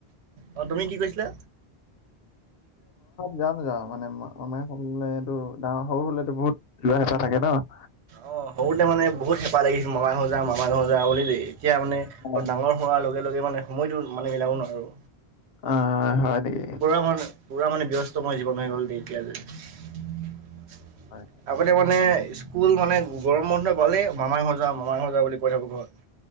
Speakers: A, on the right (about 85°); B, on the left (about 70°).
A: অ তুমি কি কৈছিলা
B: যাও নাযাও মানে মমে হৰুলে এইটো ডাঙৰ সৰু হ'লেতো বহুত লোৱা হেঁপাহ থাকে ন <unintelligible>
A: অ সৰুতে মানে বহুত হেঁপাহ লাগিছিল মমাই সজা মামাই জাও বুলি দেই <unintelligible> এতিয়া মানে অলপ
B: অ',
A: ডাঙৰ হোৱাৰ লগে লগে মানে সময়টো মানে মিলাব নোৱাৰোঁ
B: অ হয়। নেকি?
A: পুৰা মান পুৰা মানে ব্যস্ত মই জীৱন হৈ গ'ল দেই এতিয়া যে
B: হয়,
A: আগতে মানে স্কুল মানে গৰম মৰুনা পালেই মামাই ঘহৰ যা মামাহৰ যাওঁ বুলি কৈ থাকো ঘৰত -